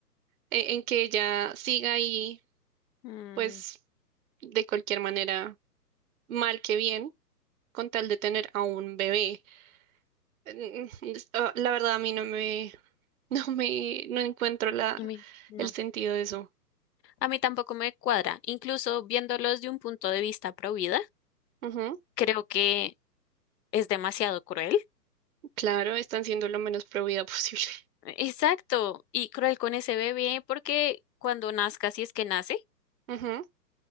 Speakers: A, on the right; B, on the left.
A: e- en que ella siga ahí,
B: Mm,
A: pues de cualquier manera, mal que bien, con tal de tener a un bebé? Mm, mm, es- ah, La verdad a mí no me, <laughs> no me, no encuentro la,
B: a mí, no,
A: el sentido de eso.
B: a mí tampoco me cuadra. Incluso viéndolos de un punto de vista pro vida,
A: Ujú,
B: creo que es demasiado cruel
A: Claro, están siendo lo menos pro vida <laughs> posible.
B: Exacto, y cruel con ese bebé porque cuando nazca, si es que nace,
A: Ajá,